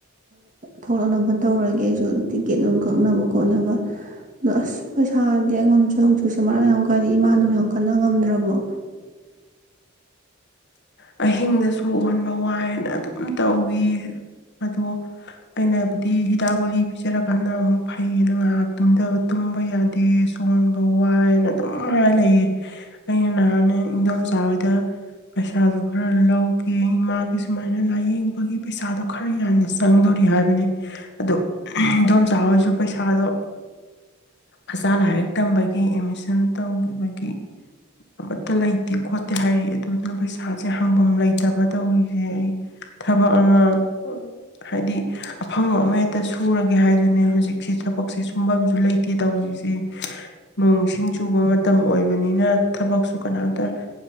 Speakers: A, on the right; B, on the left.
A: ꯊꯣꯛꯂꯛꯅꯕ ꯇꯧꯔꯒꯦ ꯑꯩꯁꯨ ꯇꯤꯛꯀꯦꯠ ꯅꯨꯡꯝ ꯀꯛꯅꯕ ꯈꯣꯠꯅꯕ ꯑꯗꯣ ꯑꯁ ꯄꯩꯁꯥꯗꯤ ꯑꯩꯉꯣꯟꯗꯁꯨ ꯍꯧꯖꯤꯛꯁꯦ ꯃꯔꯥꯡ ꯌꯥꯝ ꯀꯥꯏꯅ ꯏꯃꯥꯗꯨꯕꯨ ꯌꯥꯝ ꯀꯟꯅ ꯉꯝꯗ꯭ꯔꯕꯣ
B: ꯑꯍꯤꯡꯗꯁꯨ ꯑꯣꯟ ꯋꯥꯏꯑꯅ ꯑꯗꯨꯝ ꯇꯧꯋ ꯑꯗꯣ ꯑꯩꯅꯕꯨꯗꯤ ꯍꯤꯗꯥꯛ ꯒꯨꯂꯤ ꯄꯤꯖꯔꯀꯥꯟꯗ ꯑꯃꯨꯛ ꯐꯩꯌꯦꯅ ꯉꯥꯏꯍꯥꯛ ꯇꯨꯝꯊꯕ ꯇꯨꯝꯕ ꯌꯥꯗꯦ ꯁꯣꯟꯕ ꯋꯥꯏꯑꯅ ꯑꯗꯨꯝ ꯍꯥꯏꯅ ꯂꯩꯌꯦ ꯑꯩꯅ ꯅꯍꯥꯟꯅꯦ ꯏꯪꯗꯣꯝ ꯆꯥꯕꯗ ꯄꯩꯁꯥꯗꯨ ꯈꯔ ꯂꯧ ꯀ ꯏꯃꯥꯒꯤ ꯁꯨꯃꯥꯏꯅ ꯂꯥꯏꯌꯦꯡꯕꯒꯤ ꯄꯩꯁꯥꯗꯣ ꯈꯔ ꯌꯥꯟꯖ ꯆꯪꯗꯣꯔꯤ ꯍꯥꯏꯕꯅꯤ ꯑꯗꯣ ꯑꯗꯨꯗꯣꯝ ꯆꯥꯔꯁꯨ ꯄꯩꯁꯥꯗꯣ ꯑꯁꯥꯥꯏꯗꯝꯩ ꯑꯦꯗꯃꯤꯁꯟ ꯇꯧꯈꯤꯕꯒꯤ ꯑꯃꯠꯇ ꯂꯩꯇꯦ ꯈꯣꯠꯇꯦ ꯇ ꯍꯥꯏꯔꯤ ꯑꯗꯨꯅ ꯄꯩꯁꯥꯁꯦ ꯍꯪꯒꯝ ꯂꯩꯇꯕ ꯇꯧꯔꯤꯁꯦ ꯑꯩ ꯊꯕꯛ ꯑꯃ ꯑꯣ ꯍꯥꯏꯗꯤ ꯑꯐꯪꯕ ꯑꯃꯦꯛꯇꯁꯨ ꯁꯨꯔꯒꯦ ꯍꯥꯏꯗꯨꯅꯦ ꯍꯧꯖꯤꯛꯁꯤꯦ ꯊꯕꯛꯁꯦ ꯁꯨꯝꯕꯝꯁꯨ ꯂꯩꯇꯦ ꯇꯧꯔꯤꯁꯤꯦ ꯅꯣꯡ ꯁꯤꯡ ꯆꯨꯕ ꯃꯇꯝ ꯑꯣꯏꯕꯅꯤꯅ ꯊꯕꯛꯁꯨ ꯀꯅꯥꯝꯇ